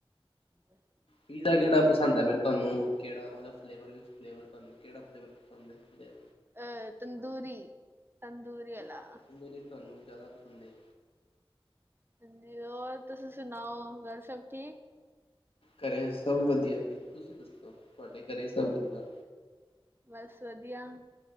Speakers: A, on the right (about 25°); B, on the left (about 70°).
A: ਹ <unintelligible>
B: ਪੀਜ਼ਾ ਕਿਹੜਾ ਪਸੰਦ ਹੈ ਫੇਰ ਤੁਹਾਨੂੰ ਕਿਹੜਾ ਵਾਲਾ ਫਲੇਵਰ, ਤੁਹਾਨੂੰ ਕਿਹੜਾ ਫਲੇਵਰ ਪਸੰਦ ਏ।
A: ਅ ਤੰਦੂਰੀ ਤੰਦੂਰੀ ਆਂਲਾ,
B: ਅੱਛਾ ਤੰਦੂਰੀ ਤੁਹਾਨੂੰ ਜ਼ਿਆਦਾ ਪਸੰਦ ਹੈ
A: ਹਾਂਜੀ ਹੋਰ ਤੁਸੀਂ ਸੁਣਾਓ ਘਰ ਸਭ ਠੀਕ
B: ਘਰੇਂ ਸਭ ਵਧੀਆਂ ਜੀ, ਤੁਸੀਂ ਦੱਸੋਂ ਤੁਹਾਡੇ ਘਰੇਂ ਸਭ ਕਿੱਦਾਂ
A: ਬਸ ਵਧੀਆ